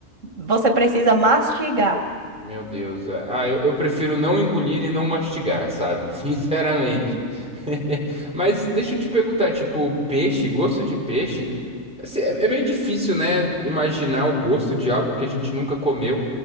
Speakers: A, on the right; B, in the centre.
A: você precisa mastigar.
B: Meu Deus. é. Ah, eu, eu prefiro não engolir e não mastigar, sabe? <laughs> Sinceramente. <laughs> Mas deixa eu te perguntar, tipo, peixe, gosto de peixe? Assim, é, é meio difícil, né? Imaginar o gosto de algo que a gente nunca comeu,